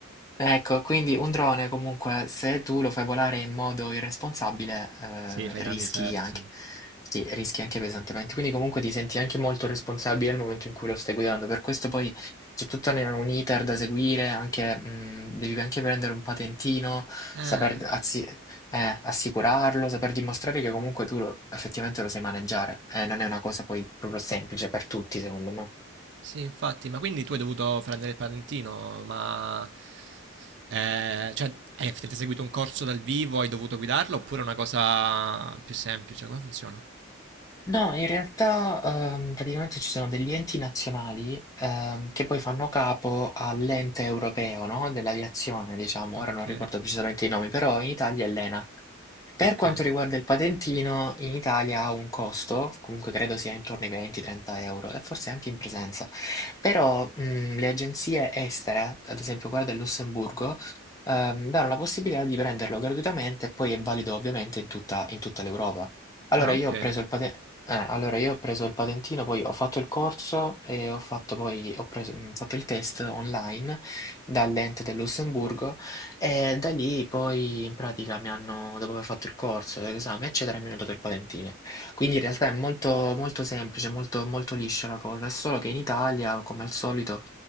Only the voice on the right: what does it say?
Sì, fai danni
seri,
sì.
Ah,
sì, infatti, ma quindi tu hai dovuto prendere il patentino, ma... eh, cioè, hai effettivamente seguito un corso dal vivo, hai dovuto guidarlo, oppure è una cosa più semplice? Come funziona?
Ok,
ok.
Ah,
ok.